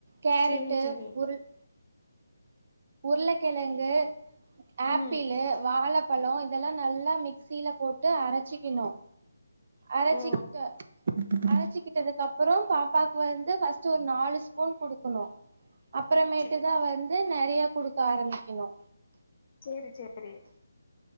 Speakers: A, on the right; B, on the left.
A: கேரட்டு
B: சேரி சேரி
A: உருள் உருளகெழங்கு ஆப்பிளு
B: ம்
A: வாழ பழோ இதல்லா நல்லா மிக்சில போட்டு அரச்சிக்கனு அரச்சிக்கிட்டு
B: ஓ
A: அரச்சிக்கிட்டதுக்கு அப்பறோ பாப்பாக்கு வந்து ஃபர்ஸ்ட் ஒரு நாலு ஸ்பூன் குடுக்கணு அப்பறமேட்டு
B: சே
A: தா வந்து நெறைய குடுக்க ஆரம்பிக்கனு
B: சேரி சேரி